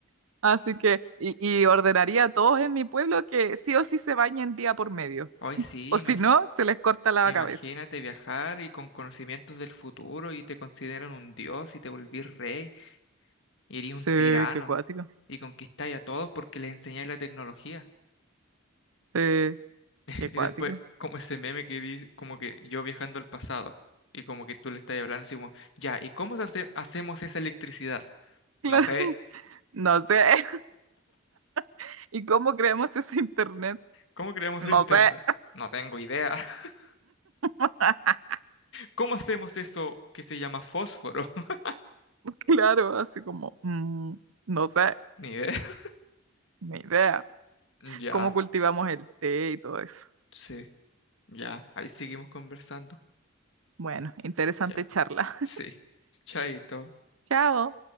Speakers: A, on the right; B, on the left.
A: Así que, y, y ordenaría a todos en mi pueblo que sí o sí se bañen día por medio.
B: Ay, sí,
A: O si no, se les corta la
B: Imagínate
A: cabeza.
B: viajar y con conocimientos del futuro y te consideran un dios y te volvís rey y eres
A: Sí,
B: un tirano
A: qué cuático.
B: y conquistáis a todos porque les enseñáis la tecnología.
A: Sí,
B: <laughs>
A: qué cuático.
B: Y después, como ese meme que dice, como que yo viajando al pasado y como que tú le estás hablando así como, ya, ¿y cómo se hace- hacemos esa electricidad?
A: Claro,
B: No sé,
A: no sé. <laughs> ¿Y cómo creamos ese internet?
B: ¿cómo creamos
A: No
B: el internet?
A: sé.
B: No tengo idea. <laughs>
A: <laughs>
B: ¿Cómo hacemos eso que se llama fósforo? <laughs>
A: Claro, así como, mm, no sé,
B: Ni idea. <laughs>
A: ni idea.
B: Ya,
A: ¿Cómo cultivamos el té y todo eso?
B: sí, ya, ahí seguimos conversando.
A: Bueno, interesante
B: Ya.
A: charla.
B: Sí, chaito.
A: Chao.